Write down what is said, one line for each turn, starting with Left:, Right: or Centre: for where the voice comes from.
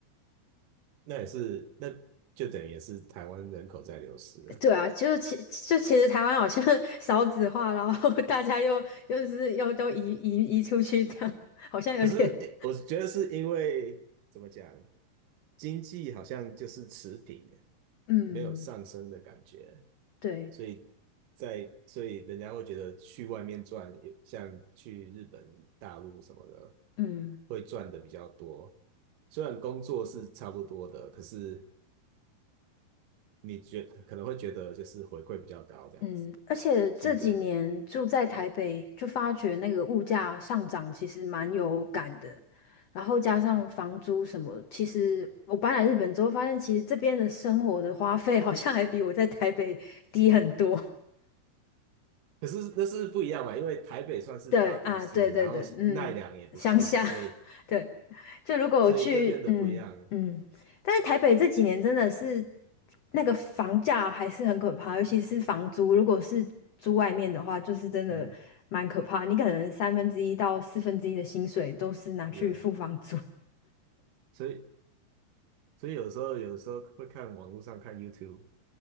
Right: 那也是，那就等于也是台湾人口在流失了。
Left: <laughs> 对啊，就其就其实台湾好像 <laughs> 少子化，然后大家又又是又都移移移出去这样，<laughs> 好像有点。
Right: 可是诶我觉得是因为怎么讲，经济好像就是持平，
Left: 嗯，
Right: 没有上升的感觉，
Left: 对，
Right: 所以在所以人家会觉得去外面赚，也像去日本、大陆什么的，
Left: 嗯
Right: 会赚的比较多。虽然工作是差不多的，可是你觉可能会觉得就是回馈比较高这样子，
Left: 嗯，而且这几年住在台北，
Right: 性价。
Left: 就发觉那个物价上涨其实蛮有感的，然后加上房租什么，其实我搬来日本之后发现，其实这边的生活的花费好像还比我在台北低很多。
Right: 可是那是不一样嘛，因为台北算是大都市，
Left: 对啊，对对对，
Right: 然后奈良也不算，
Left: 嗯，乡下，
Right: 所以
Left: <laughs> 对，就如果我去，
Right: 所以就变得不一样。
Left: 嗯嗯，但是台北这几年真的是那个房价还是很可怕，尤其是房租，如果是租外面的话，就是真的蛮可怕。
Right: 嗯，
Left: 你可能三分之一到四分之一的薪水都是拿去付房租，
Right: 是啊，所以所以有时候有时候会看网络上看 YouTube，